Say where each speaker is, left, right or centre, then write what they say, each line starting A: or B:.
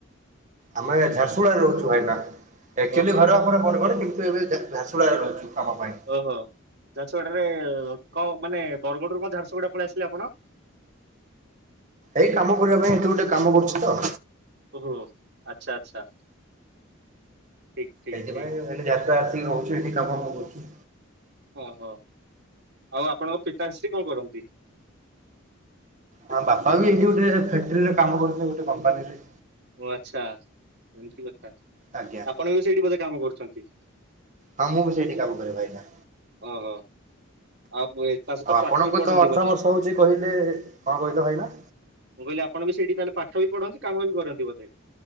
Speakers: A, on the right; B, on the right.
A: ଆମେ ଝାରସୁଗୁଡ଼ାରେ ରହୁଛୁ ଭାଇନା ଏକଚୁଆଲି
B: ଓହୋ
A: ଘର ଆମର ବରଗଡ କିନ୍ତୁ ଏବେ ଝାରସୁଗୁଡାରେ ରହୁଛୁ କାମ ପାଇଁ।
B: ଓହୋ ଝାରସୁଗୁଡାରେ କଣ ମାନେ ବରଗଡ଼ରୁ କଣ ଝାରସୁଗୁଡା ପଳେଇ ଆସିଲେ ଆପଣ?
A: ଏଇ କାମ କରିବା ପାଇଁ ଏଠୁ ଗୋଟେ କାମ କରୁଛି ତ।
B: ଓହୋ ଆଚ୍ଛା ଆଚ୍ଛା ଠିକ। ଠିକ
A: ସେଇଥିପାଇଁ
B: ଠିକ
A: ହେଲେ ଯାତ୍ରା ଆସିକି ରହୁଛୁ ଏଠି କାମ କରୁଛୁ।
B: ଓହୋ ଆଉ ଆପଣଙ୍କ ପିତାଶ୍ରୀ କଣ କରନ୍ତି?
A: ଆମ ବାପା ବି ଏଇଠି ଗୋଟେ ଫ୍ୟାକ୍ଟ୍ରିରେ କାମ କରୁଛନ୍ତି ଗୋଟେ କମ୍ପାନୀରେ।
B: ଓ ଆଚ୍ଛା ଏମିତି କଥା
A: ଆଜ୍ଞା।
B: ଆପଣ ବି ସେଇଠି ବୋଧେ କାମ କରୁଛନ୍ତି?
A: ହଁ ମୁଁ ବି ସେଇଠି କାମ କରେ ଭାଇନା।
B: ଓହୋ। ଆଉ ଏ- ତା ସହିତ
A: ଆଉ ଆପଣଙ୍କୁ
B: ପାଠ ବି ପଢନ୍ତି
A: ତ ଅଠର
B: ବୋଧେ
A: ବର୍ଷ ହଉଛି କହିଲେ। କଣ କହିଲ ଭାଇନା?
B: ମୁଁ କହିଲି ଆପଣ ବି ସେଇଠି ତାହେଲେ ପାଠ ବି ପଢ଼ନ୍ତି କାମ ବି କରନ୍ତି ବୋଧେ?